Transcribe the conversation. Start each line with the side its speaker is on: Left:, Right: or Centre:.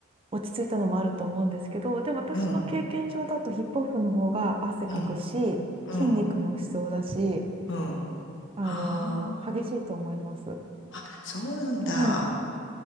Right: 落ち着いたのもあると思うんですけど、で、私の経験上だとヒップホップの方が汗かくし、
Left: うん、うん、うん、
Right: 筋肉も必要だし、
Left: うん。
Right: あの激しいと思います。
Left: ああ、あ、そうなんだ。
Right: はい。